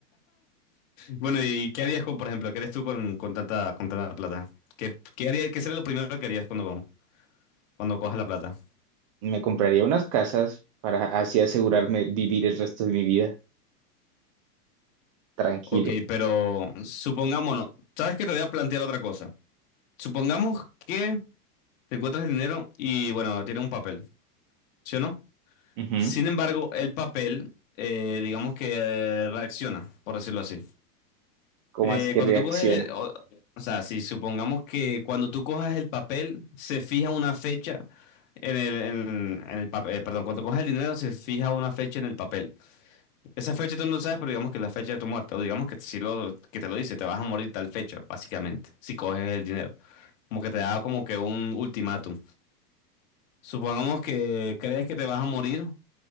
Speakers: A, on the left; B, on the right.
A: Bueno, ¿y qué harías con, por ejemplo, qué harías tú con, con tanta, con tanta plata? ¿Qué, qué haría- qué sería lo primero que harías cuando, cuando cojas la plata?
B: Me compraría unas casas para así asegurarme vivir el resto de mi vida tranquilo.
A: Ok, pero supongámonos, ¿sabes que Te voy a plantear otra cosa. Supongamos que te encuentras el dinero y, bueno, tiene un papel, ¿sí o no?
B: Ujú.
A: Sin embargo, el papel, eh, digamos que eh, reacciona, por decirlo así.
B: ¿Cómo
A: Eh,
B: así que
A: cuando
B: reacciona?
A: tú coges, el- o, o sea, si supongamos que cuando tú cojas el papel, se fija una fecha en el, en, en el papel, perdón, cuando coges el dinero, se fija una fecha en el papel. Esa fecha tú no lo sabes, pero digamos que es la fecha de tu muerte, o digamos que si lo, que te lo dice, te vas a morir tal fecha, básicamente, si coges el dinero. Como que te da como que un ultimátum. Supongamos que crees que te vas a morir,